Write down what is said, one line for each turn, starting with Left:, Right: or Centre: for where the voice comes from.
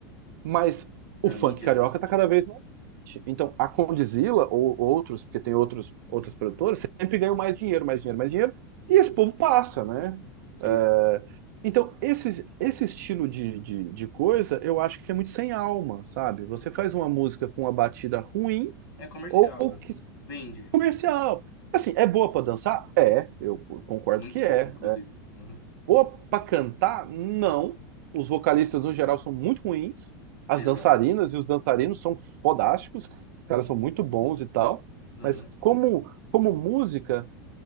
Right: Mas
Left: Da
Right: o funk
Left: mídia,
Right: carioca
Left: assim. sim.
Right: tá cada vez mais. forte. Então, a Condizila ou outros, porque tem outros, outros produtores, sempre ganham mais dinheiro, mais dinheiro, mais dinheiro, e esse povo passa, né? É,
Left: Isso.
Right: Então, esse, esse estilo de, de, de coisa, eu acho que é muito sem alma, sabe? Você faz uma música com uma batida ruim
Left: É comercial.
Right: ou, ou
Left: é.
Right: que-
Left: Vende.
Right: comercial. Assim, é boa pra dançar? É, eu concordo
Left: Muito
Right: que é.
Left: boa, inclusive. Uhum.
Right: Boa pra cantar? Não. Os vocalistas, no geral, são muito ruins. As
Left: Exato.
Right: dançarinas e os dançarinos são fodásticos. Os caras são muito bons e tal.
Left: Uhum.
Right: Mas como, como música,